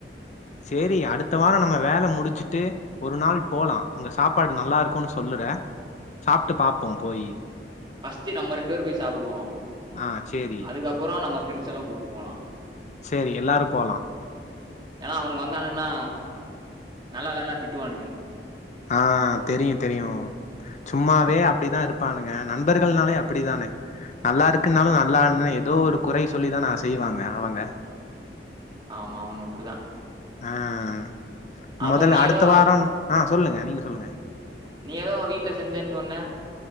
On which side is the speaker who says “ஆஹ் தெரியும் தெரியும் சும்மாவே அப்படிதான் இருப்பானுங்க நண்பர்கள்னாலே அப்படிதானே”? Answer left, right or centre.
Left